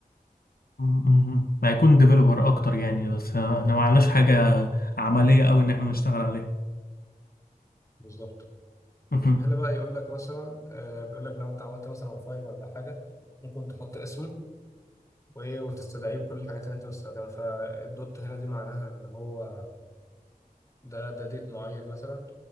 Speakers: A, on the left; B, on the left.
A: مهم. هيكون ديفلوبر اكتر يعني بس آه، احنا ما عندناش حاجه عمليه قوي ان احنا نشتغل عليها
B: بالظبط
A: مهم.
B: هنا بقى يقول لك مثلا آه، بيقول لك لو انت عملت مثلا فايل ولا حاجه ممكن تحط اسمه وايه وتستدعيه بكل الحاجات اللي انت مستخدمها فالدوت هنا دي معناها ان هو ده ده ديت معين مثلا